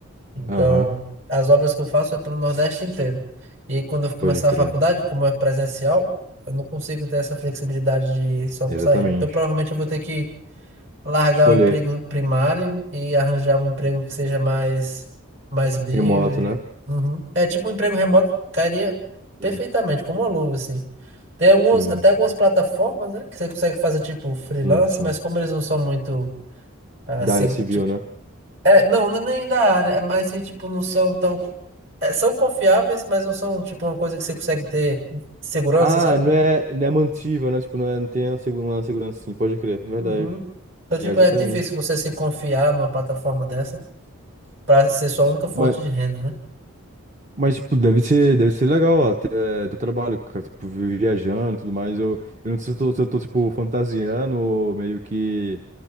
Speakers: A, on the right; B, on the right.
A: Então,
B: Aham,
A: as obras que eu faço é para o Nordeste inteiro. E quando eu começar
B: pode crer.
A: a faculdade, como é presencial, eu não consigo ter essa flexibilidade de só
B: Exatamente.
A: sair. Então, provavelmente eu vou ter que largar
B: Escolher.
A: o emprego primário e arranjar um emprego que seja mais, mais livre.
B: Remoto, né?
A: Uhum. É tipo um emprego remoto, cairia perfeitamente,
B: Sim,
A: como uma luva, assim. Tem alguns,
B: sim.
A: até
B: sim.
A: algumas plataformas, né, que você consegue fazer tipo freelance,
B: Sim, sim.
A: mas como eles não são muito ah,
B: Da
A: segu-
B: área civil,
A: tipo,
B: né?
A: é, não, não é nem da área, é mais que, tipo, não são tão é, são confiáveis, mas não são tipo uma coisa que você consegue ter segurança,
B: Ah,
A: sabe?
B: não é, não é mantível, né? Tipo, não, é, não tem a segu- uma segurança, sim, pode crer, verdade.
A: Uhum. Então, tipo,
B: É, exatamente.
A: é difícil você se confiar numa plataforma dessa para ser sua única fonte
B: Mas,
A: de renda, né?
B: mas tipo, deve ser, deve ser legal até do trabalho, cara, tipo, vi- viajando e tudo mais. Eu, eu não sei se eu tô, se eu tô, tipo, fantasiando ou meio que